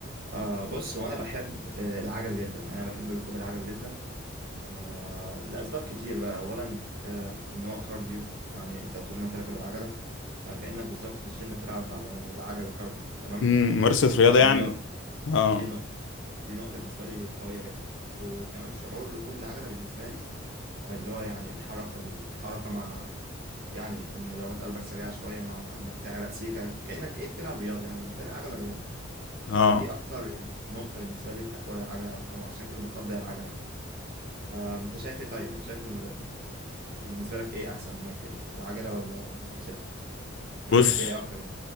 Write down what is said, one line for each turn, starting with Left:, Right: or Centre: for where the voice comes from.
Right: آه بص هو انا بحب آه، العجل جدا يعني انا بحب ركوب العجل جدا آه لاسباب كتير بقى اولا آه ان هو كارديو يعني انت طول ما انت راكب العجله آه كانك بالظبط في الجيم بتلعب على العجله كارديو تمام
Left: مم، ممارسة
Right: <laughs> انت
Left: رياضة
Right: بتلعب
Left: يعني
Right: رياضه
Left: اه
Right: دي نقطه دي نقطه بالنسبه لي قويه جدا وكمان شعور ركوب العجله بالنسبه لي آه، اللي هو يعني الحركه الحركه مع يعني ان ضربات قلبك سريعه شويه مع انك تعرق سيكه كانك ايه بتلعب رياضه يعني بالنسبه لي العجله رياضه
Left: اه
Right: فدي اكتر يعني نقطة بالنسبة لي في حوار العجلة او عشان كده بفضل العجلة آه، انت شايف ايه طيب انت شايف ال- بالنسبة لك ايه احسن ممكن العجلة ولا موتوسيكل انت
Left: بص
Right: بتحب ايه اكتر يعني